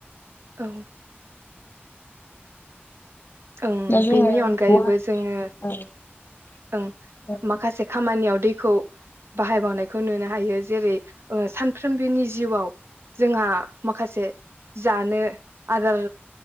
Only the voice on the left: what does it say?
दा जोङो
औ
औ
औ